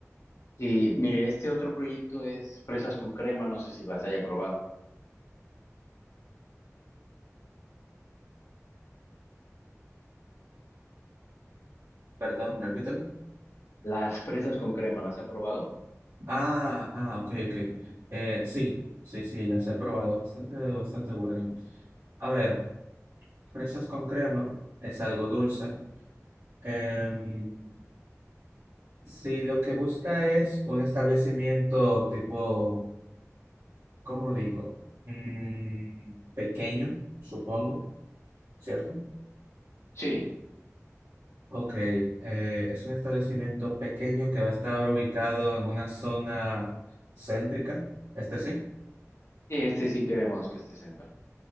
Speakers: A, on the left; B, on the right.
A: Y mire, este otro proyecto es fresas con crema, no sé si las haya probado.
B: perdón, repítame.
A: Las fresas con crema, ¿las ha probado?
B: Ah, ah, ok, ok. Eh, sí, sí, sí, las he probado. Bastante, bastante buenas. A ver, fresas con crema es algo dulce. Em, si lo que busca es un establecimiento tipo, ¿cómo digo? Mm, pequeño, supongo, ¿cierto?
A: Sí,
B: Ok, eh, es un establecimiento pequeño que va a estar ubicado en una zona céntrica, este sí.
A: y este sí queremos que esté sentado.